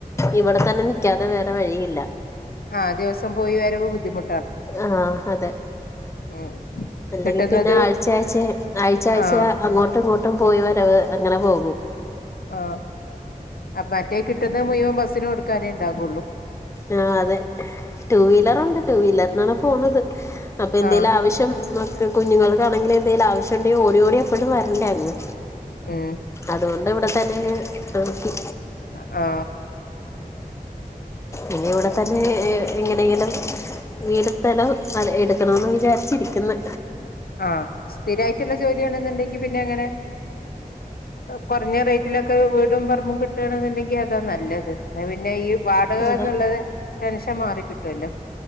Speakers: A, on the left (about 20°); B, on the left (about 80°).
A: ഇവിടെ തന്നെ നിക്കാതെ വേറെ വഴിയില്ല.
B: ആ ദിവസം പോയി വരവ് ബുദ്ധിമു
A: ആ അതെ
B: ഉം
A: അല്ലെങ്കിൽ
B: കിട്ടുന്നത്
A: പിന്നെ ആഴ്ച്ചയാഴ്ച്ച ആഴ്ച്ച ആഴ്ച്ച
B: ആഹ്
A: അങ്ങോട്ടും ഇങ്ങോട്ടും പോയി വരവ് അങ്ങനെ പോകും.
B: ആ അ മറ്റേ കിട്ടുന്ന മുയുവൻ ബസ്സിനു കൊടുക്കാനേ ഉണ്ടാവുള്ളൂ.
A: ആ അതെ ടു വീലറുണ്ട് ടു വീലറിനാണ് പോവുന്നത്. അപ്പൊ എന്തേലും
B: ആഹ്
A: ആവശ്യം നി ങ്ൾക്കും കുഞ്ഞുങ്ങൾക്കാണെങ്കിലും എന്തേങ്കലും ആവശ്യണ്ടെങ്കി ഓടി ഓടി എപ്പഴും വരണ്ടേ അങ്ങ്
B: ഉം
A: അതുകൊണ്ട് ഇവിടെത്തന്നെ അങ്ങ് നിർത്തി
B: അ ആ
A: ഇനി ഇവിടെ തന്നെ എങ്ങനെങ്കിലും വീടും സ്ഥലം എടുക്കണന്ന് വിചാരി ച്ചിരിക്കുന്ന്.
B: ആഹ സ്ഥിരായിട്ടുള്ള ജോലിയാണെന്നുണ്ടെങ്കിൽ പിന്നെ അങ്ങനെ കുറഞ്ഞ റേറ്റിലൊക്കെ വീടും പറമ്പും കിട്ടുകണെന്നുണ്ടെങ്കിൽ അതാ നല്ലത് എന്നാ പിന്നെ ഈ വാടക
A: അതെ
B: എന്നുള്ളത് ടെൻഷൻ മാറി കിട്ടുവല്ലോ.